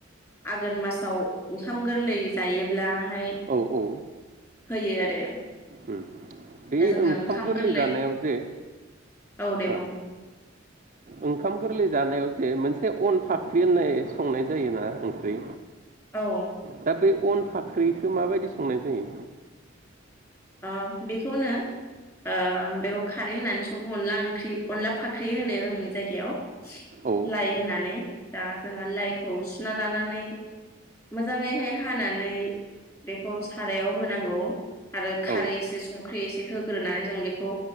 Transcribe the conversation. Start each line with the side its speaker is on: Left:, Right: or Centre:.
Left: आघोन मासाव ओंखाम गोरलै जायोब्लाहाय
Right: औ औ
Left: होयो आरो
Right: उम बे
Left: दा जोङो
Right: ओंखाम
Left: गोरलै
Right: जानायाव जे
Left: औ दे बुं
Right: ओ ओंखाम गोरलै जानायाव जे मोनसे अन फाख्रि होननाय संनाय जायोना ओंख्रि
Left: औ
Right: दा बै अन फाख्रिखौ माबायदि संनाय जायो
Left: ओ बेखौनो ओ बेखौ खारै होनानै सं अनला ओंख्रि अनला फाख्रि होनो जोंनि जायगायाव
Right: औ
Left: लाइ होनानै दा ओ जोङो लाइखौ सुना लानानै मोजाङैहाय हानानै बेखौ सारायाव होनांगौ आरो खारै
Right: औ
Left: एसे संख्रि एसे होग्रोनानै जों बेखौ